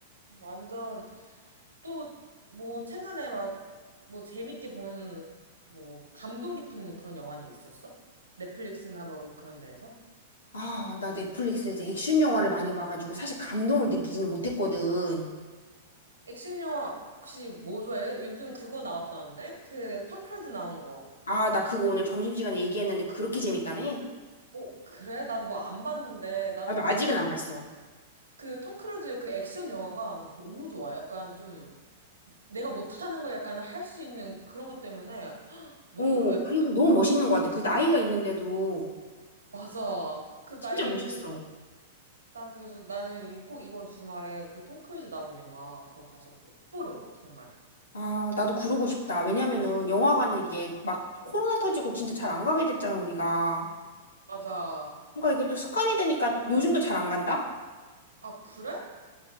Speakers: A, on the right; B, on the left.
A: 완전 또, 뭐, 최근에 막, 뭐, 재밌게 본, 뭐, 감동 깊은 그런 영화는 있었어? 넷플릭스나 뭐, 그런 데에서?
B: 아, 나 넷플릭스에서 액션 영화를 많이 봐가지고 사실 감동을 느끼지는 못했거든.
A: 액션 영화 혹시 뭐 좋아해? 요즘 그거 나왔다는데? 그, 톰 크루즈 나온 거.
B: 아, 나 그거 오늘 점심시간에 얘기했는데 그렇게 재밌다며?
A: 어, 그래? 나도 뭐 안 봤는데, 난
B: 나도
A: 솔직히
B: 아직은
A: 말하면,
B: 안 봤어.
A: 그, 톰 크루즈의 그 액션 영화가 나 너무 좋아. 약간 좀, 내가 못하는 걸 약간 할 수 있는 그런 것 때문에 너무
B: 오,
A: 약간,
B: 그리고 너무 멋있는 것 같아. 그 나이가 있는데도
A: 맞아. 그 나이가
B: 진짜 멋있어.
A: 있는데도, 난 그래서 나는 이- 꼭 이번 주말에 그 톰 크루즈 나온 영화 그거 가서 꼭 보려고 정말.
B: 아, 나도 그러고 싶다. 왜냐면은 영화관은 이게 막 코로나 터지고 진짜 잘 안 가게 됐잖아, 우리가.
A: 맞아.
B: 그러니까 이게 또 습관이 되니까 요즘도 잘 안 간다?
A: 아 그래?